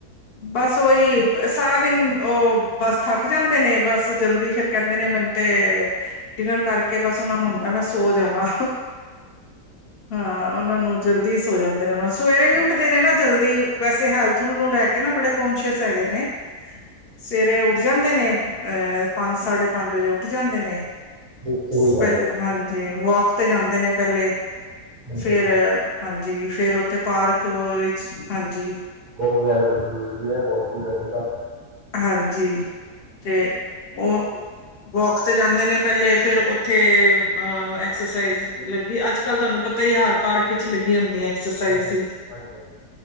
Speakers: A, on the left (about 80°); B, on the right (about 60°).
A: ਬਸ ਵੋਈ, ਸਾਰਾ ਦਿਨ ਉਹ, ਬਸ ਥੱਕ ਜਾਂਦੇ ਨੇ। ਬਸ, ਜਲਦੀ ਫਿਰ ਕਹਿੰਦੇ ਨੇ ਮੈਨੂੰ ਤੇ ਡਿਨਰ ਕਰਕੇ ਬਸ ਉਹਨਾ ਨੂੰ ਹੁੰਦਾ, ਮੈਂ ਸੋ ਜਾਵਾਂ। ਹਾਂ, ਉਹਨਾਂ ਨੂੰ ਜਲਦੀ ਸੋ ਜਾਂਦੇ ਨੇ, ਉਹਨਾਂ ਸਵੇਰੇ ਵੀ ਉੱਠਦੇ ਨੇ ਨਾ ਜਲਦੀ ਵੈਸੇ ਹੈਲਥ ਨੂੰ ਲੈਕੇ ਨਾ ਬੜੇ ਕੌਸ਼ੀਅਸ ਹੈਗੇ ਨੇ, ਸਵੇਰੇ ਉ ਉੱਠ ਜਾਂਦੇ ਨੇ, ਅਹ ਪੰਜ, ਸਾਢੇ ਪੰਜ ਵਜੇ ਉੱਠ ਜਾਂਦੇ ਨੇ,
B: ਤੇ ਚੰਗੀ
A: ਸਪੈਲ
B: ਗੱਲ ਹੈ ਦੇਖੋ ਜੀ
A: ਹਾਂਜੀ ਤੇ ਵੌਕ ਤੇ ਜਾਂਦੇ ਨੇ ਪਹਿਲੇ,
B: ਹਾਂਜੀ
A: ਫਿਰ,
B: ਹਾਂਜੀ
A: ਹਾਂਜੀ ਫਿਰ ਓ ਤੇ ਪਾਰਕ ਓ ਵਿੱਚ, ਹਾਂਜੀ।
B: ਵੌਕ ਵਗੈਰਾ ਬੜੀ ਜ਼ਰੂਰੀ ਹੈ, ਵੌਕੀਂਗ ਕਰਨੀ ਤਾ
A: ਹਾਂਜੀ, ਤੇ ਓ ਵੋਕ ਤੇ ਜਾਂਦੇ ਨੇ ਪਹਿਲੇ, ਫਿਰ ਉੱਥੇ ਅ ਐਕਸਰਸਾਈਜ਼ ਲੱਗੀ ਅੱਜ ਕੱਲ ਤੁਹਾਨੂੰ ਪਤਾ ਈ ਆ ਹਰ ਪਾਰਕ ਇਚ ਲੱਗੀ ਹੁੰਦੀ ਹੈ। ਐਕਸਰਸਾਈਜ਼
B: ਹਾਂਜੀ
A: ਦੀ,
B: ਹਾਂਜੀ